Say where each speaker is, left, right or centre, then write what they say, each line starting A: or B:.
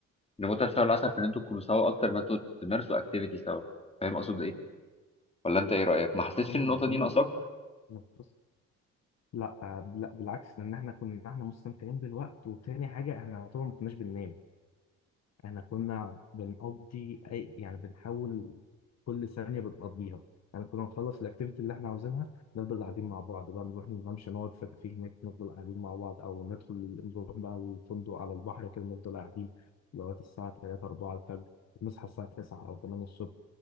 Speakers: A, on the left; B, on the left.
A: إن متعه شهر العسل في ان انتوا تكونوا سوا اكتر ما انتوا تمارسوا اكتيفيتي سوا فاهم اقصد ايه ولا انت ايه رأيك ما حسيتش
B: كنا
A: ان النقطة
B: مقضيين
A: دي ناقصاك
B: نفس لا آه، لا بالعكس لان احنا كنا احنا مستمتعين بالوقت وتاني حاجه احنا طبعا ما كناش بننام احنا كنا بنقضي اي يعني بنحاول كل ثانية بنقضيها يعني كنا نخلص الاكتيفيتي اللي احنا عاوزينها نفضل قاعدين مع بعض بقى نروح نمشي نقعد في كافيه هناك نفضل قاعدين مع بعض او ندخل نروح بقى الفندق على البحر كده نفضل قاعدين لغاية الساعة 3 4 الفجر نصحى الساعة 9 او 8 الصبح